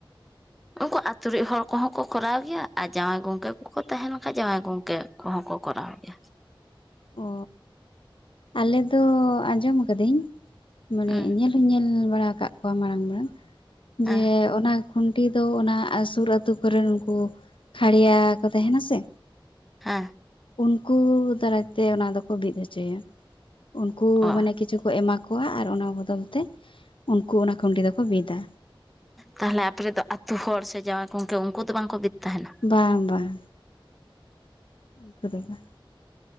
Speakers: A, in the centre; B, on the left (about 70°).
A: ᱩᱱᱠᱩ ᱟᱛᱩ ᱨᱤᱜ ᱦᱚᱲ ᱠᱚᱦᱚᱸ ᱠᱚ ᱠᱚᱨᱟᱣ ᱜᱮᱭᱟ ᱟᱨ ᱡᱟᱶᱟᱭ ᱜᱚᱝᱠᱮ ᱠᱚᱠᱚ ᱛᱟᱦᱮ ᱠᱷᱟᱡ ᱡᱟᱶᱟᱭ ᱜᱚᱝᱠᱮ ᱠᱚᱦᱚᱸ ᱠᱚ ᱠᱚᱨᱟᱣ ᱜᱮᱭᱟ᱾
B: ᱚᱻ ᱟᱞᱮ ᱫᱚ ᱟᱸᱡᱚᱢ ᱟᱠᱟᱹᱫᱟᱹᱧ᱾ ᱢᱟᱱᱮ
A: ᱦᱮᱸ
B: ᱧᱮᱞ ᱦᱚᱧ ᱧᱮᱞ ᱵᱟᱲᱟ ᱟᱠᱟᱫ ᱠᱚᱣᱟ ᱢᱟᱲᱟᱝ ᱢᱟᱲᱟᱝ
A: ᱦᱮᱸ
B: ᱡᱮ ᱚᱱᱟ ᱠᱷᱩᱱᱴᱤ ᱫᱚ ᱚᱱᱟ ᱥᱩᱨ ᱟᱹᱛᱩ ᱠᱚᱨᱮᱱ ᱩᱱᱠᱩ ᱠᱷᱟᱲᱭᱟ ᱠᱚ ᱛᱟᱦᱮᱱᱟ ᱥᱮ᱾
A: ᱦᱮᱸ᱾
B: ᱩᱱᱠᱩ ᱫᱟᱨᱟᱭᱛᱮ ᱚᱱᱟ ᱫᱚᱠᱚ ᱵᱤᱫ ᱦᱚᱪᱚᱭᱟ ᱩᱱᱠᱩ
A: ᱚ
B: ᱢᱟᱱᱮ ᱠᱤᱪᱷᱩ ᱠᱚ ᱮᱢᱟ ᱠᱚᱣᱟ ᱟᱨ ᱚᱱᱟ ᱵᱚᱫᱚᱞ ᱛᱮ ᱩᱱᱠᱩ ᱚᱱᱟ ᱠᱷᱩᱱᱴᱤ ᱫᱚᱠᱚ ᱵᱤᱫᱼᱟ᱾
A: ᱛᱟᱦᱚᱞᱮ ᱟᱯᱮ ᱫᱚ ᱟᱛᱹᱩ ᱦᱚᱲ ᱥᱮ ᱡᱟᱶᱟᱭ ᱜᱚᱝᱠᱮ ᱩᱱᱠᱩ ᱫᱚ ᱵᱟᱝᱠᱚ ᱵᱤᱫ ᱛᱟᱦᱮᱱᱟ?
B: ᱵᱟᱝ ᱵᱟᱝ᱾ ᱩᱱᱠᱩ ᱫᱚ ᱵᱟᱝ᱾